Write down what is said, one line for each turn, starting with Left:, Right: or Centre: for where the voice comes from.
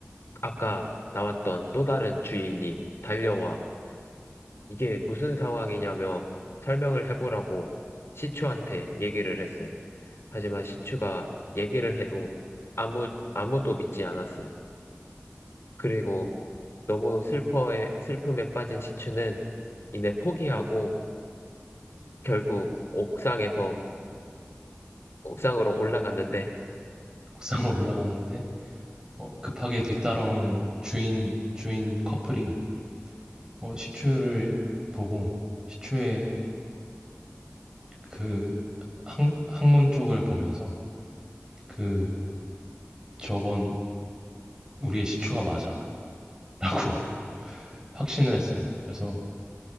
Left: 아까 나왔던 또 다른 주인이 달려와 이게 무슨 상황이냐며 설명을 해보라고 시추한테 얘기를 했어요. 하지만 시추가 얘기를 해도 아무, 아무도 믿지 않았어요. 그리고 너무 슬퍼에, 슬픔에 빠진 시추는 이내 포기하고 결국 옥상에서, 옥상으로 올라갔는데,
Right: 옥상을 올라갔는데 어, 급하게 뒤따라온 주인 주인 커플이 어, 시추를 보고 시추의 그 항, 항문 쪽을 보면서 그 저건 우리의 시추가 맞아. 라고 <laughs> 확신을 했어요. 그래서